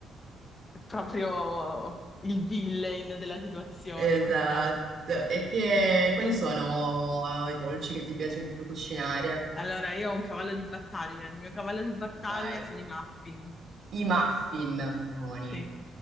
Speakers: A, on the left; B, on the right.
A: è proprio il villain della situazione,
B: Esatto.
A: ma sai.
B: E che, quali sono eh, i dolci che ti piace di più cucinare?
A: Allora, io ho un cavallo di battaglia, il mio cavallo di battaglia
B: Vai.
A: sono i muffin,
B: I muffin, buoni,
A: sì.